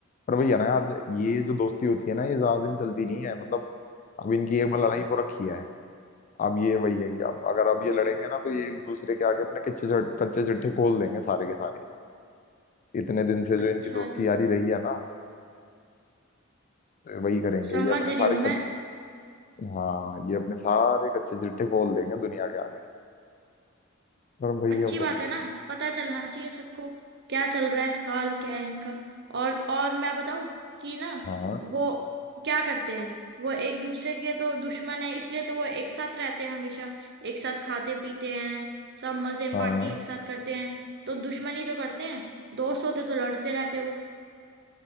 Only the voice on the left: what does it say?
पर भैया ना यार ये जो दोस्ती होती है ना ये ज्यादा दिन चलती नहीं है मतलब अब इनकी एक बार लड़ाई हो रखी है अब ये वही है कि अब अगर अब ये लड़ेंगे ना तो ये एक दूसरे के आगे अपने कच्चे चट- कच्चे चिट्ठे खोल देंगे सारे के सारे इतने दिन से
जो इनकी दोस्ती
यारी रही है ना तो वही करेंगे
ये अपने
सारे
कच... हाँ ये अपने सारे कच्चे चिट्ठे खोल देंगे दुनिया के आगे पर भैया
वही
है
कि
हाँ
हाँ